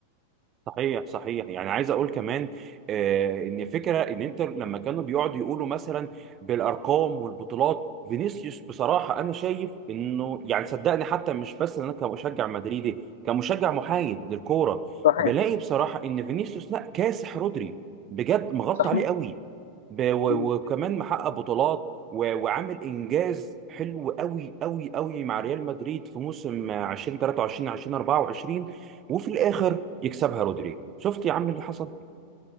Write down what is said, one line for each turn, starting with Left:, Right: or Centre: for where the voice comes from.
Right: صحيح صحيح يعني عايز اقول كمان آه ان فكره ان انتر لما كانوا بيقعدوا يقولوا مثلا بالارقام والبطولات فينيسيوس بصراحه انا شايف انه يعني صدقني حتى مش بس انا كمشجع مدريدي كمشجع محايد للكوره
Left: صحيح
Right: بلاقي بصراحه ان فينيسيوس لا كاسح رودري بجد مغطى
Left: صحيح
Right: عليه قوي ب- و-
Left: مم.
Right: وكمان محقق بطولات و- وعامل انجاز حلو قوي قوي قوي مع ريال مدريد في موسم آه، 2023 2024 وفي الاخر يكسبها رودري شفت يا عم اللي حصل